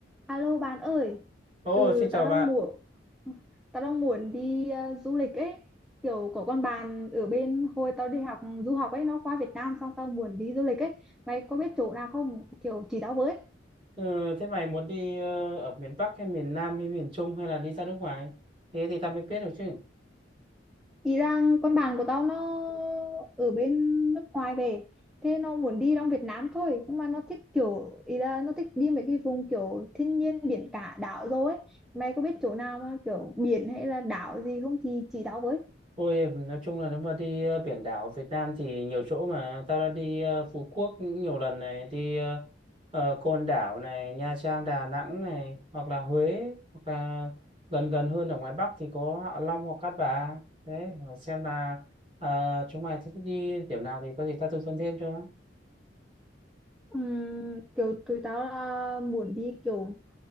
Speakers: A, in the centre; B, on the right.
A: Alo bạn ơi,
B: Ồ,
A: ừ
B: xin chào
A: tao đang
B: bạn.
A: muốn tao đang muốn đi ờ, du lịch ấy, kiểu có con bạn ở bên hồi tao đi học du học ấy nó qua Việt Nam xong tao muốn đi du lịch ấy, mày có biết chỗ nào không? Kiểu chỉ tao với.
B: Ừ, thế mày muốn đi ờ, ở miền Bắc hay miền Nam hay miền Trung hay là đi ra nước ngoài? Thế thì tao mới biết được chứ.
A: Ý rằng con bạn của tao nó ở bên nước ngoài về, thế nó muốn đi trong Việt Nam thôi, nhưng mà nó thích kiểu ý là nó thích đi mấy cái vùng kiểu thiên nhiên biển cả đảo rồi ấy. Mày có biết chỗ nào mà kiểu biển hay là đảo gì không thì chỉ tao với.
B: Ôi, nói chung là nếu mà đi ờ, biển đảo Việt Nam thì nhiều chỗ mà. Tao đã đi ờ, Phú Quốc nhiều lần này, đi ờ, ờ, Côn Đảo này, Nha Trang, Đà Nẵng này, hoặc là Huế, hoặc là gần gần hơn ở ngoài Bắc thì có Hạ Long hoặc Cát Bà. Đấy, xem là ờ, chúng mày thích đi điểm nào thì có gì tao tư vấn thêm cho nó.
A: Ừm, kiểu tụi tao là muốn đi kiểu